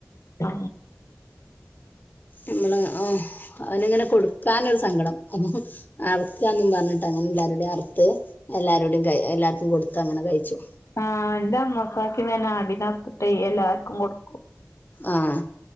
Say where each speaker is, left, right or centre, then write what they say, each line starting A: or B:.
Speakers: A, on the left; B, on the left.
A: ആ
B: നമ്മള് ആഹ് അവന്ങ്ങനെ കൊടുക്കാനൊരു സങ്കടം അ അർക്കന്നും പറഞ്ഞിട്ട് അങ്ങനെ എല്ലാവരുടെയും അർത്ത് എല്ലാരു കുടെയും ക എല്ലാർക്കും കൊടുത്ത് അങ്ങനെ കഴിച്ചു
A: ആഹ് എന്താ അമൊസാക്കി ഇങ്ങനെ അടിനാർത്ത്ട്ടെ എല്ലാവർക്കും കൊടു
B: ആഹ്